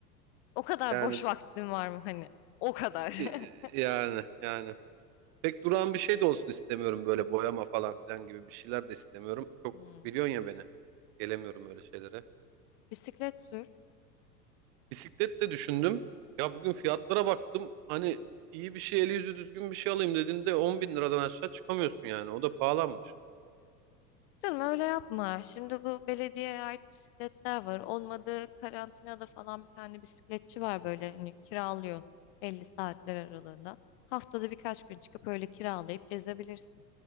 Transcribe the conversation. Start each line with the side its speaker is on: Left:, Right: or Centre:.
Left: O kadar
Right: Yani
Left: boş vaktin var mı hani? O kadar.
Right: e, e,
Left: <laughs>
Right: yani yani. Pek duran bir şey de olsun istemiyorum böyle boyama falan filan gibi bir şeyler de istemiyorum. Çok
Left: Hmm.
Right: biliyorsun ya beni. Gelemiyorum öyle şeylere.
Left: Bisiklet sür.
Right: Bisiklet de düşündüm. Ya bugün fiyatlara baktım. Hani iyi bir şey eli yüzü düzgün bir şey alayım dediğinde 10 bin liradan aşağı çıkamıyorsun yani. O da pahalanmış.
Left: Canım öyle yapma. Şimdi bu belediyeye ait bisikletler var. Olmadı karantinada falan bir tane bisikletçi var böyle hani kiralıyor 50 saatler aralığında. Haftada birkaç gün çıkıp öyle kiralayıp gezebilirsin.